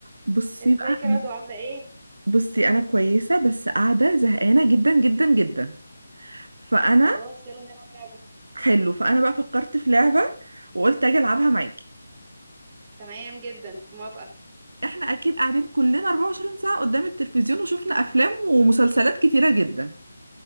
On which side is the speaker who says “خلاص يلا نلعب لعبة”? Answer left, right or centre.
Right